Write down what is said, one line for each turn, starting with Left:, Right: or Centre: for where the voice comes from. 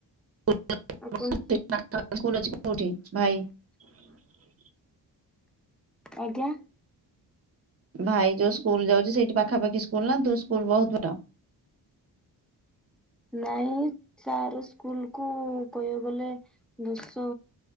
Right: <inaudible>
Centre: ଆପଣ ଆଜ୍ଞା।
Right: ଭାଇ ଯୋଉ ସ୍କୁଲ ଯାଉଛି ସେଇଠି ପାଖାପାଖି ସ୍କୁଲ ନା ତୁ ସ୍କୁଲ ବହୁତ ଦୂର।
Centre: ନାଇଁ ସାର୍ ସ୍କୁଲକୁ କହିବାକୁ ଗଲେ। ଦଶ